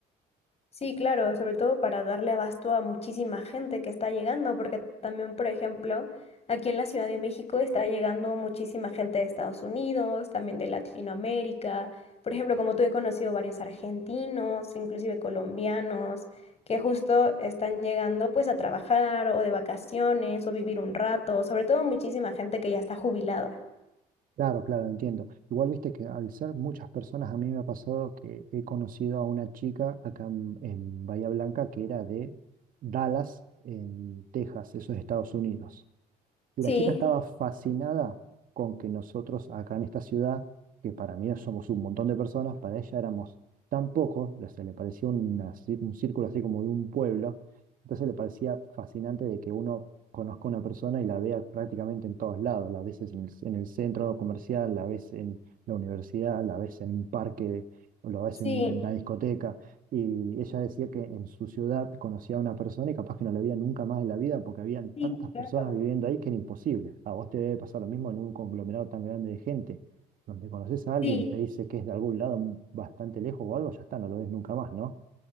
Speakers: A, on the left; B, on the right.
A: Sí, claro, sobre todo para darle abasto a muchísima gente que está llegando, porque también, por ejemplo, aquí en la Ciudad de México está llegando muchísima gente de Estados Unidos, también de Latinoamérica. Por ejemplo, como tú he conocido varios argentinos, inclusive colombianos, que justo están llegando pues a trabajar o de vacaciones o vivir un rato, sobre todo muchísima gente que ya está jubilada.
B: Claro, claro, entiendo. Igual viste que al ser muchas personas, a mí me ha pasado que he conocido a una chica acá en, en Bahía Blanca que era de Dallas, en Texas, eso es Estados Unidos. La
A: Sí,
B: chica estaba fascinada con que nosotros acá en esta ciudad, que para mí somos un montón de personas, para ella éramos tan pocos, le- se le parecía una cir- un círculo así como de un pueblo, entonces le parecía fascinante de que uno conozca a una persona y la vea prácticamente en todos lados, la ves en el, en el centro comercial, la ves en la universidad, la ves en un parque, o la ves
A: sí,
B: en una discoteca. Y ella decía que en su ciudad conocía a una persona y capaz que no la veía nunca más en la vida porque habían
A: Sí,
B: tantas personas
A: claro.
B: viviendo ahí que era imposible. A vos te debe pasar lo mismo en un conglomerado tan grande de gente, donde conoces a alguien,
A: Sí,
B: te dice que es de algún lado bastante lejos o algo, ya está, no lo ves nunca más, ¿no?